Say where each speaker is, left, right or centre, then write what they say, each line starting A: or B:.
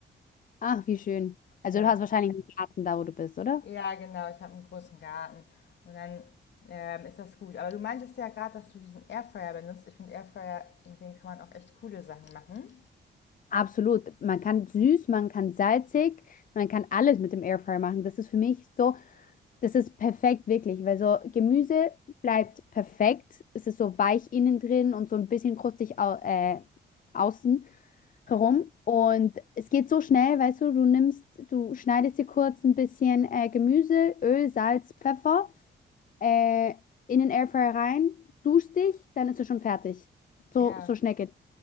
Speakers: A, on the left; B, on the left.
A: Ach, wie schön. Also
B: Ja,
A: du hast wahrscheinlich einen Garten da, wo du bist, oder?
B: Ja, genau, ich habe einen großen Garten. Und dann ähm, ist das gut. Aber du meintest ja gerade, dass du diesen Airfryer benutzt. Ich finde Airfryer, mit denen kann man auch echt coole Sachen machen.
A: Absolut. Man kann süß, man kann salzig, man kann alles mit dem Airfryer machen. Das ist für mich so. Das ist perfekt, wirklich, weil so Gemüse bleibt perfekt. Es ist so weich innen drin und so ein bisschen krustig au äh, außen herum. Und es geht so schnell, weißt du, du nimmst, du schneidest dir kurz ein bisschen äh, Gemüse, Öl, Salz, Pfeffer äh, in den Airfryer rein, duschst dich, dann ist es schon fertig. So,
B: Ja,
A: so schnell geht's.